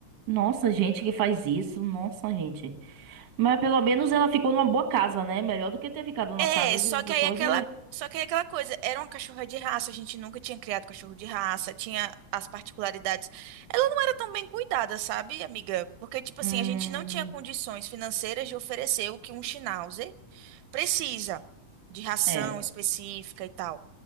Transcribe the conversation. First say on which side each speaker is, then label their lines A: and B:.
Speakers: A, on the right (about 45°); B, on the right (about 90°).
A: Nossa, gente que faz isso, nossa, gente. Mas pelo menos ela ficou numa boa casa, né? Melhor do que ter ficado numa
B: É,
A: casa
B: só
A: de uma
B: que
A: pessoa
B: aí aquela,
A: que.
B: só que aí aquela coisa, era uma cachorra de raça, a gente nunca tinha criado cachorro de raça, tinha as particularidades. Ela não era tão bem cuidada, sabe, amiga? Porque, tipo assim,
A: Hum,
B: a gente não tinha condições financeiras de oferecer o que um Schnauzer precisa, de ração
A: é.
B: específica e tal.